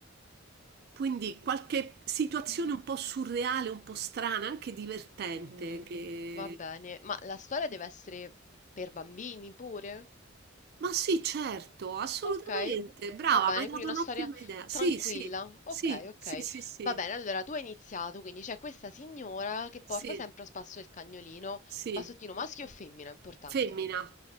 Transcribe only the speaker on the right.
Quindi qualche situazione un po' surreale, un po' strana, anche divertente,
Mm. che
Ma sì, certo, assolutamente.
Brava,
mi hai dato
un'ottima
idea. Sì,
sì,
sì,
sì, sì, sì,
sì,
sì.
Femmina.